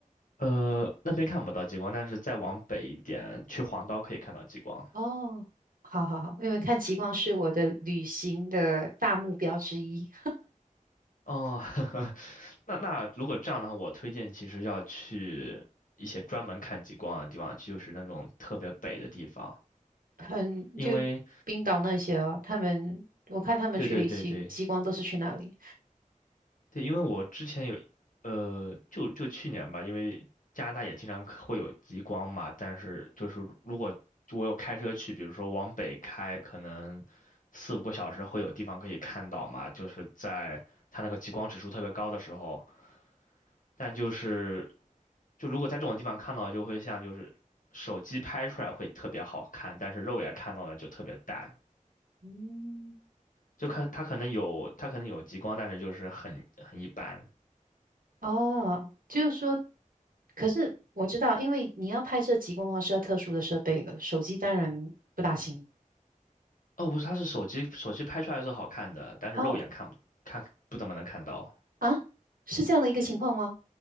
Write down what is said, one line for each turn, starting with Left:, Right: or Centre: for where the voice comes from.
Left: 呃，那边看不到极光，但是再往北一点，去黄岛可以看到极光。
Right: 哦，好好好，因为看极光是我的旅行的大目标之一。
Left: 哦，<laughs> 那那如果这样的话，我推荐其实要去一些专门看极光的地方，就是那种特别北的地方，
Right: 很，
Left: 因为
Right: 就冰岛那些哦，他们我看他们去旅行，
Left: 对对对对
Right: 极光都是去那里。
Left: 对，因为我之前有，呃，就就去年吧，因为加拿大也经常可会有极光嘛，但是就是如果我有开车去，比如说往北开，可能四五个小时会有地方可以看到嘛，就是在它那个极光指数特别高的时候。但就是就如果在这种地方看到，就会像就是手机拍出来会特别好看，但是肉眼看到的就特别淡。
Right: 嗯，
Left: 就看它可能有它可能有极光，但是就是很很一般。
Right: 哦，就是说，可是我知道，因为你要拍摄极光的话是要特殊的设备的，手机当然不大行。
Left: 哦，不是，它是手机手机拍出来是好看的，但是肉眼看不看不怎么能看到。
Right: 哦，啊，是这样的一个情况吗？